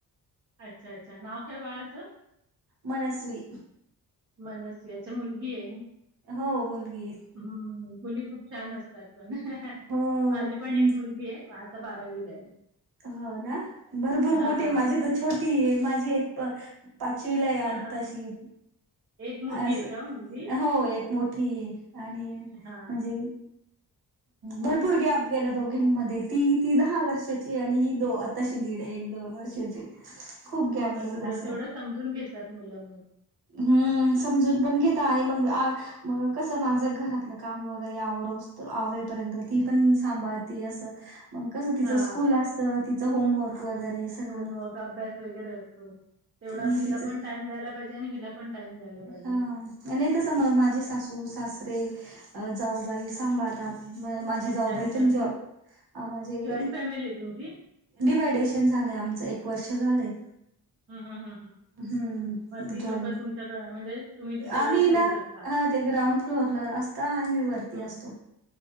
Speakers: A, on the right (about 40°); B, on the right (about 70°).
A: अच्छा अच्छा नाव काय बाळाचं.
B: मनस्वी
A: मनस याच्या मुलगी आहे.
B: हो मुलगी हाय.
A: हम् मुली खूप छान असतात पण
B: हो
A: माझी
B: हम्म
A: पण एक मुलगी आहे पाच. बारावीला आहे.
B: हो ना भरपूर
A: हां.
B: मोठे माझी तर छोटी आहे माझी एक प पाचवीला या
A: हां.
B: तशी
A: एक मोठी
B: अस
A: आहे का हो मुलगी?
B: हो एक मोठी आणि
A: हां.
B: म्हणजे भरपूर गॅप गेल्या दोघीं म ती ती दहा वर्षाची आणि ही दो आताशी दीड एक दोन वर्षाची खूप गॅप
A: असू
B: गेला
A: देव
B: असा
A: तेवढं समजून घेतात मुलं म
B: हम्म समजून पण घेता आणि मग मग कसं माझं घरातलं काम वगैरे आवर असत आवरपर्यंत ती पण सांभाळते असं. मग कसं तिचं
A: हां.
B: स्कूल असतं तिचं होमवर्क वगैरे सगळं
A: होमवर्क अभ्यास वगैरे असतो तेवढा
B: मग
A: तिला
B: तिचं
A: पण टाइम द्यायला पाहिजे आणि हिला पण टाइम द्यायला. पाहिजे.
B: हा नाही तसं मग माझे सासू सासरे जाऊबाई सांभाळतात. म माझी
A: अच्छा
B: जाऊबाई
A: जॉईंट
B: पण जॉब माझे
A: जॉईंट फॅमिली आहे तुमची?
B: डिव्हायडेशन झालंय आमचं एक वर्ष झालंय.
A: हा हा हा हा
B: हम्म
A: मग ती
B: जॉईन
A: लोक तुमच्याकड म्हणजे तुम्ही तिच्याकडे
B: आम्ही
A: ठेवू
B: ना
A: शकता.
B: हा ते ग्राउंड फ्लोअरला असता आम्ही वरती
A: हं.
B: असतो.